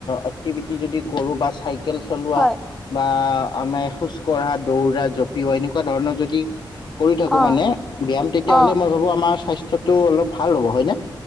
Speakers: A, on the left (about 65°); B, in the centre.
A: এক্টিভিটি যদি কৰোঁ বা চাই চাইকেল চলোঁৱা
B: হয়
A: বা আমাৰ খোজ কঢ়া, দৌৰা, জঁপিওৱা এনেকুৱা ধৰণৰ, যদি কৰি থাকোঁ
B: অ
A: মানে, ব্যায়াম তেতিয়া
B: অ
A: হ'লে, মই ভাবোঁ! আমাৰ স্বাস্থ্যটো অলপ ভাল হ'ব। হয় নে?